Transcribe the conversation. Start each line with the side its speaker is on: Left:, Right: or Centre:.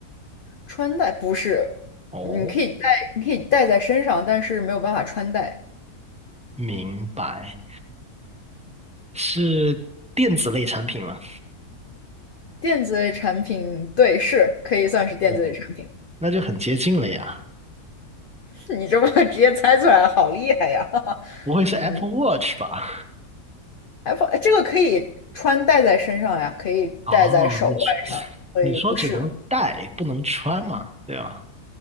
Left: 穿戴不是，
Centre: 哦，
Left: 嗯你可以带，你可以带在身上，但是没有办法穿戴。
Centre: 明白。是电子类产品吗？
Left: 电子类产品，对，是可以算是电子类产品。
Centre: 哦。那就很接近了呀，
Left: <laughs> 你这么直接猜出来，好厉害呀！<laughs>
Centre: 不会是
Left: 嗯
Centre: Apple Watch 吧？
Left: ，iPhone 这个可以穿戴在身上呀，可以戴在手腕上，
Centre: 哦，你说
Left: 所以不是。
Centre: 你说只能戴不能穿嘛，对吧？